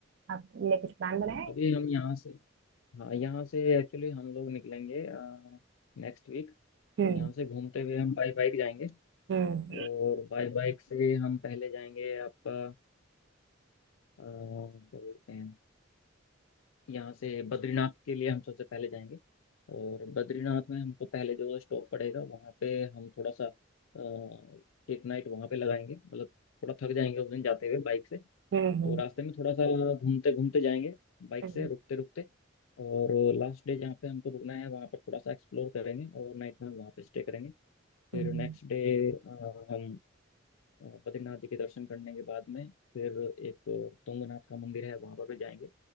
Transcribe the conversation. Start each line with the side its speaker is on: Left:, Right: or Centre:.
Right: आपने कुछ प्लान बनाया है
Left: अभी हम यहाँ से हाँ यहाँ से एक्चुअली हम लोग निकलेंगे नेक्स्ट वीक तो
Right: हम्म
Left: यहाँ से घूमते हुए हम बाई बाइक जाएंगे
Right: हम्म
Left: और बाई बाइक से हम पहले जाएंगे आपका अ, क्या बोलते हैं यहाँ से बद्रीनाथ के लिए हम सबसे पहले जाएंगे और बद्रीनाथ में हमको पहले जो स्टॉप पड़ेगा वहाँ पे हम थोड़ा सा अ, एक नाइट वहाँ पे लगाएंगे मतलब थोड़ा थक जाएंगे उस दिन जाते हुए बाइक से
Right: हम्म हम्म
Left: तो रास्ते में थोड़ा सा घूमते घूमते जाएंगे बाइक
Right: हम्म
Left: से रुकते रुकते और लास्ट डे जहाँ पे हमको रुकना है वहाँ पर थोड़ा सा एक्सप्लोर करेंगे और नाइट में वहाँ पे स्टे करेंगे फिर
Right: हम्म,
Left: नेक्स्ट डे हम अ, बद्रीनाथ जी के दर्शन करने के बाद में फिर एक तुंगनाथ का मंदिर है वहाँ पर भी जाएंगे